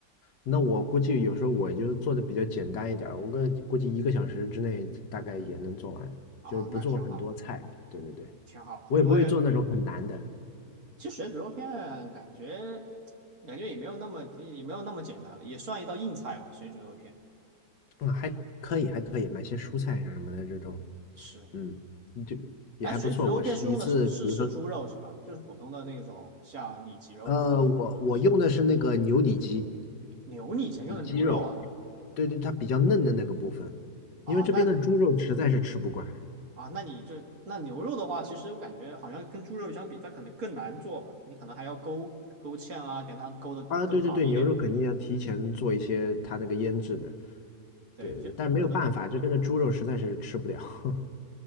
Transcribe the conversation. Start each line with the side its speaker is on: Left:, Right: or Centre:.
Left: 那我估计有时候我就做的比较简单一点儿，我个估计一个小时之内大概也能做完，
Right: 啊，
Left: 就是不做很多菜。
Right: 那挺好，
Left: 对对对，
Right: 挺好，
Left: 我也不会做那种很难的，
Right: 因为其实水煮肉片感觉感觉也没有那么也没有那么简单了，也算一道硬菜吧。水煮肉片
Left: 嗯，还可以，还可以，买些蔬菜什么的这种，
Right: 是，
Left: 嗯，就也还不错。
Right: 哎，水煮肉片是用的是是是猪肉是吧？
Left: 我是一次，比如说，
Right: 就是普通的那种像里脊肉是吗？
Left: 呃，我我用的是那个牛里脊，
Right: 是，牛，你以前用的牛肉啊？
Left: 里脊肉，对对，它比较嫩的那个部分，
Right: 啊，
Left: 因为这边的猪肉实在是吃不惯
Right: 那啊，那你就那牛肉的话，其实我感觉好像跟猪肉相比，它可能更难做吧。你可能还要勾勾芡啊，给它勾的更好一点。
Left: 啊。对对对，牛肉肯定要提前做一些它那个腌制的。
Right: 对，
Left: 对对，
Right: 你就可能
Left: 但没有办法，这边的猪肉实在是吃不了。<laughs>